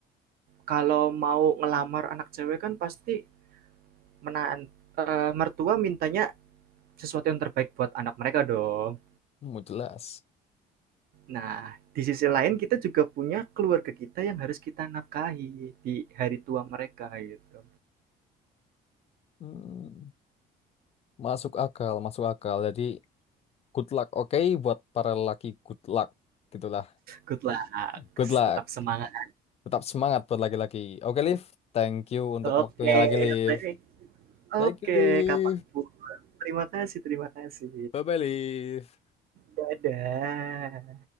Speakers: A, on the right (about 65°); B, on the left (about 40°).
A: kalau mau ngelamar anak cewek kan pasti menahan eh, mertua mintanya sesuatu yang terbaik buat anak mereka dong.
B: mau jelas
A: Nah, di sisi lain kita juga punya keluarga kita yang harus kita nafkahi di hari tua mereka gitu.
B: Hmm, masuk akal masuk akal jadi good luck oke buat para lelaki good luck gitulah
A: Good luck,
B: good luck
A: tetap semangat.
B: tetap semangat buat laki-laki oke Liv thank you untuk
A: Oke,
B: waktunya lagi Liv
A: thank- oke, okay.
B: thank you Liv
A: kapan Terima kasih, terima kasih.
B: bye bye Liv
A: Dadah.